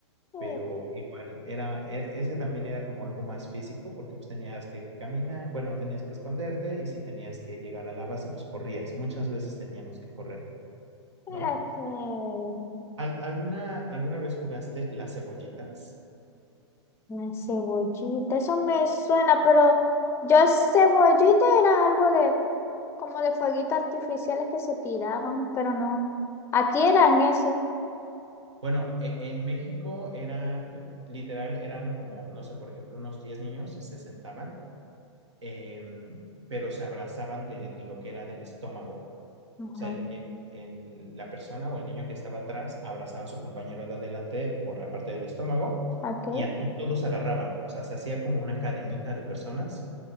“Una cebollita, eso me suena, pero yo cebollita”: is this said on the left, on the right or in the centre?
Left